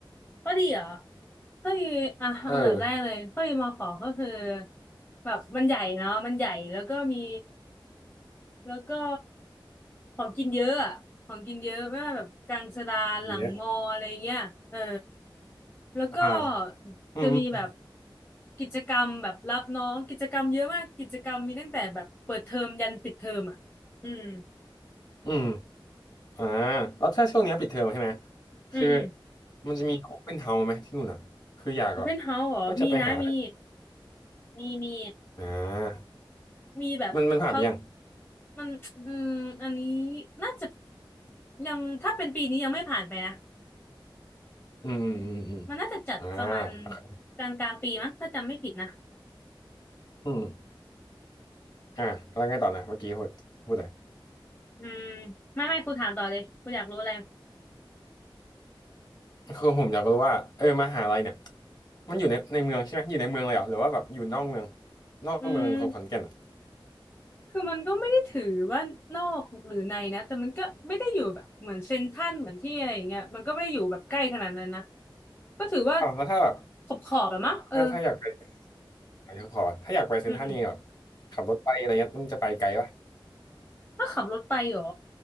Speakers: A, on the left; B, on the left.
A: ก็ดีเหรอก็ดีอ่ะอันดับแรกเลยก็ดีมขอก็คือ
B: เออ
A: แบบมันใหญ่เนาะมันใหญ่แล้วก็มี แล้วก็ของกินเยอะอะของกินเยอะไม่ว่าแบบกลางสะดานหลังมออะไรเงี้ยเออ
B: อย่างเงี้ย
A: แล้วก็
B: อ่าอืมอืม
A: จะมีแบบกิจกรรมแบบรับน้องกิจกรรมเยอะมากกิจกรรมมีตั้งแต่แบบเปิดเทอมยันปิดเทอมอ่ะอืม
B: อืมอ่าแล้วถ้าช่วงเนี้ยปิดเทอมใช่ไหม
A: อืมอืม
B: คือมันจะมีโอเ n นเฮาไหมที่นู่นอ่ะคืออยากแบบ
A: โอเพนเฮาส์เหรอมีนะมี
B: ว่าจะไปหา
A: มีมี
B: อ่า
A: มีแบบเขา
B: มันมันผ่านไปยัง
A: มันอืมอันนี้น่าจะยังถ้าเป็นปีนี้ยังไม่ผ่านไปนะ
B: อืมอืมอืม
A: มันน่าจะจัดประมาณ
B: อมอ่า
A: กลางกลางปีมั้งถ้าจำไม่ผิดนะ
B: อืมอ่าแล้วไงต่อนะเมื่อกี้พูดพูดอะไร
A: อืมไม่ไม่กูถามต่อเลยกูอยากรู้อะไร
B: คือผมอยากรู้ว่าเออมหาลัยเนี่ยมันอยู่ในในเมืองใช่ไหมอยู่ในเมืองเลยเหรอหรือว่าแบบอยู่นอกเมืองนอกเมืองของขอนแก่นอ่ะ
A: อืมคือมันก็ไม่ได้ถือว่านอกหรือในนะแต่มันก็ไม่ได้อยู่แบบเหมือนเซ็นทรัลเหมือนที่อะไรอย่างเงี้ยมันก็ไม่ได้อยู่แบบใกล้ขนาดนั้นนะก็ถือว่า
B: อ้าวแล้วถ้าแบบ
A: ขอบขอบแบะมั้งเออ
B: ถ้าถ้าอยากไปอะไรเขาขอว่าถ้าอยากไปเซ็นทรัลนี่แบบ
A: อืม
B: ขับรถไปอะไรเงี้ยมันจะไปไกลปะ
A: ถ้าขับรถไปเหรอ